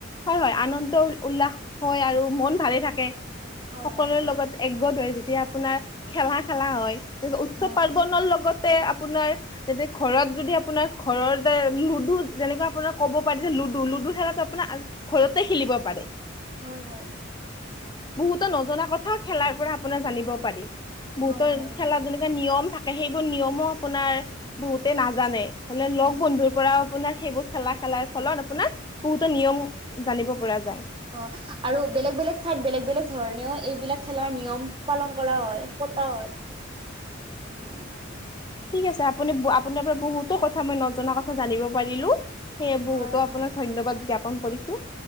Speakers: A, on the left; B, on the right.
A: হয় হয় আনন্দ উল্লাস হয় আৰু মন ভালে থাকে
B: হয়
A: সকলোৰে
B: হয় হয়
A: লগত একগ্ৰত হয় যেতিয়া আপোনাৰ খেলা খেলা হয় উৎসৱ
B: হয়
A: পাৰ্বনৰৰ লগতে আপোনাৰ তোতে ঘৰত যদি আপোনাৰ ঘৰৰত যে লুডু যেনেকুৱা আপোনাৰ ক'ব পাৰি যে লুডু লুডু খেলাো আপোনাৰ ঘৰতে খেলিব পাৰে।
B: হয় হয়।
A: বহুতৰ নজনা কথাও খেলাৰ পৰা আপোনাৰ জানিব পাৰি বহুতৰ
B: হয় হয়
A: খেলা যেনে নিয়ম থাকে সেইবোৰ নিয়মো আপোনাৰ বহুতে নাজানে হলে লগ
B: হয়
A: বন্ধুৰ পৰা আপোনাৰ সেইবোৰ খেলা খেলাৰ ফলত আপোনাৰ বহুতো নিয়ম জানিব পৰা যায়।
B: অ আৰু বেলেগ বেলেগ ঠাইত বেলেগ বেলেগ ধৰণেও এইবিলাক খেলাৰ নিয়ম পালন কৰা হয়। ত হয় উ।
A: ঠিক আছে আপুনি আপোনাৰ পৰা বহুতো কথা মই নজনা কথা জানিব পাৰিলো। সেয়ে বহুতো
B: হয় হয়
A: আপোনাক ধন্যবাদ জ্ঞাপন কৰিছো।